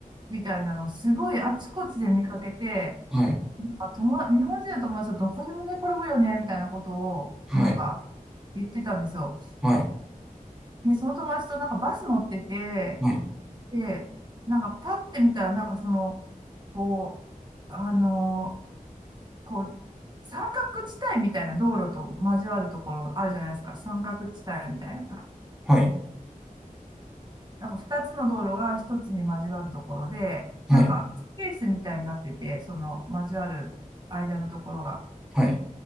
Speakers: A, on the right (about 30°); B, in the centre.
A: みたいなのをすごいあちこちで見かけて、
B: はい。
A: なんか友達、日本人の友達とどこでも寝転ぶよね、みたいなことを、
B: はい。
A: なんか言ってたんですよ。
B: は
A: で、その友達となんかバス乗ってて、
B: い。
A: で、なんかパッて見たら、なんかその、こう、あのこう、三角地帯みたいな道路と交わるところあるじゃないですか。三角地帯みたいな。
B: はい。
A: なんか二つの道路が一つに交わるところで、
B: はい。
A: なんかスペースみたいになってて、その交わる間のところが。
B: はい。